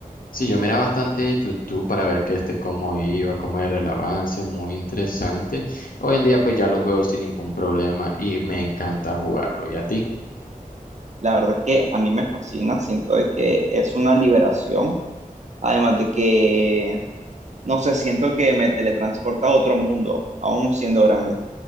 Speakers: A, on the left; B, on the right.
A: Sí, yo miraba bastante YouTube para ver que este cómo iba, cómo era el avance, muy interesante. Hoy en día pues ya lo juego sin ningún problema y me encanta jugarlo. ¿Y a ti?
B: La verdad es que a mí me fascina, siento de que es una liberación, además de que No sé, siento que me teletransporta a otro mundo, aún siendo grande.